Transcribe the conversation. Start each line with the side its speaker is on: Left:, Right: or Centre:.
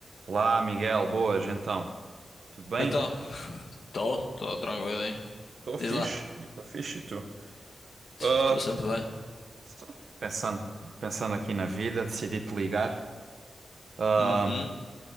Right: Olá, Miguel, boas, então. Tudo bem?
Left: Então, estou, estou tranquilo, hein?
Right: Estou fixe,
Left: Diz lá,
Right: e estou fixe, e tu? Ah,
Left: estou sempre bem.
Right: tô pensando, pensando aqui na vida, decidi te ligar. Ah,
Left: Uhum,